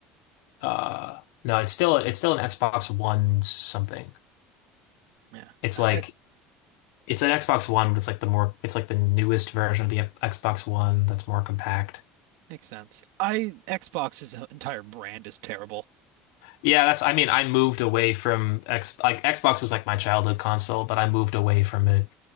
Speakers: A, on the left; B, on the right.
A: uh no, it's still it's still an Xbox One something.
B: Yeah,
A: It's
B: I,
A: like
B: I-
A: it's an Xbox One, but it's like the more it's like the newest version of the Xbox One that's more compact.
B: makes sense. I Xbox's entire brand is terrible.
A: Yeah, that's, I mean, I moved away from X, like Xbox was like my childhood console, but I moved away from it